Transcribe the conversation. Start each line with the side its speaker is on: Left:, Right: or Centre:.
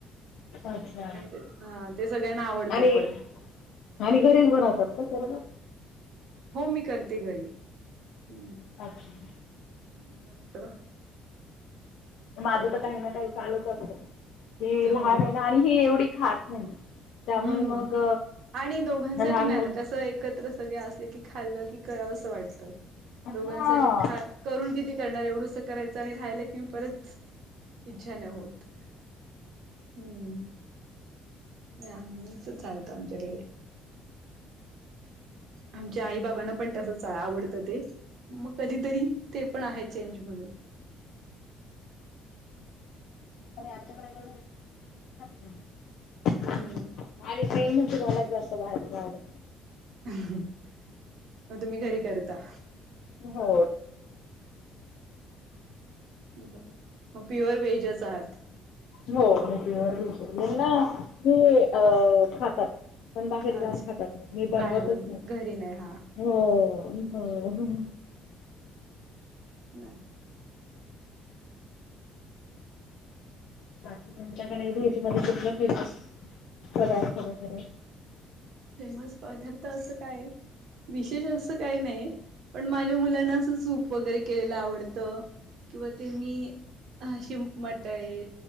Left: अच्छा
Right: आणि ते हा ते सगळ्यांना आवडतं
Left: आणि
Right: पण
Left: आणि घरेच बनवतात ना सर्व
Right: हो मी करते घरी हम्म.
Left: अच्छा.
Right: ह् जमत.
Left: माझं
Right: करते
Left: तर काही ना काही चालूच असत की लहान
Right: हो
Left: आहेना आणि ही एवढी खास नाही. त्यामुळे
Right: हम्म
Left: मग
Right: आणि दोघांसाठी
Left: लहान
Right: ना
Left: मुल
Right: ना कस एकत्र सगळे असले की खाल्ल की करा असं वाटत
Left: हा.
Right: दोघांसाठी खा. करून किती करणार एवढंस करायचं आणि राहिलं की मी परत इच्छा नाही होत हम्म. नाहीम्च चालतो आमच्याकडे आमच्या आई बाबांना पण तस आवडतं ते मग कधीतरी ते पण आहे चेंज म्हणून
Left: अरे आच्यापयंत अच्छा.
Right: हम्म.
Left: अरे ट्रेन म्हण बलात जास्त बाहेर जावड
Right: मग तुम्ही घरी करता.
Left: हो.
Right: बर प्युअर व्हेज असात.
Left: हो यांना हे अ खातात. पण बाहेर जान
Right: अच्छा
Left: खातात नाही मी बनवतच
Right: बाहेर जाऊन
Left: नाही
Right: घरी नाही हा
Left: हो हो.
Right: नाही.
Left: बाकी तुमच्याकडे वजमध्ये कुठलं फेमस पदार्थ वगैरे
Right: फेमस पदार्थ असं काय विशेष अस. काही नाही पण माझ्या मुलांना अस सूप वगैरे केलेलं आवडत. किंवा ते मी अशी मट आहे